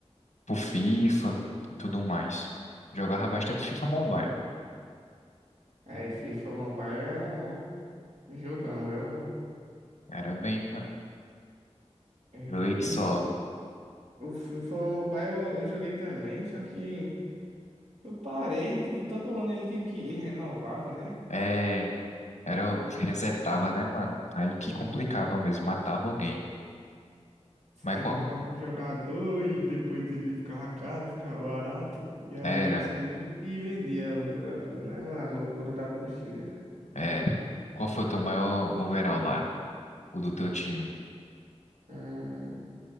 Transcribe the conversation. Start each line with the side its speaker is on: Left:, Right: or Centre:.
Left: pro FIFA e tudo mais. Jogava bastante FIFA Mobile.
Right: É, FIFA Mobile é um jogão, viu?
Left: Era bem, mano.
Right: É,
Left: Joguei que
Right: e
Left: só.
Right: o FIFA Mobile eu, eu joguei também, só que eu parei, tipo, todo ano ele tinha que, ele renovava, né?
Left: É. Era, eu resetava, né, mano? Aí que
Right: Uhum.
Left: complicava mesmo, matava o game.
Right: Você
Left: Mas qual.
Right: comprava um jogador e depois ele ficava caro, ficava barato. E aí
Left: Era,
Right: você ia e vendia o jogador. Não era a loucura da bucha.
Left: era. Qual foi o teu maior overall lá? O do teu time?
Right: Hum,